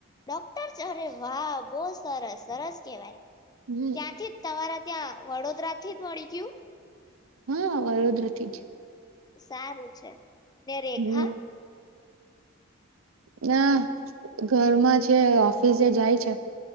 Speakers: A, on the left; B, on the right.
A: ડોક્ટર ચ અરે વાહ બહુ સરસ સરસ કેવાય.
B: હમ
A: ત્યાંથી જ તમારા ત્યાં વડોદરા થી જ મળી ગયું?
B: હા વડોદરાથી જ.
A: સારું છે. ને રેખા?
B: હમ ના ઘરમાં છે ઓફિસે જાય છે,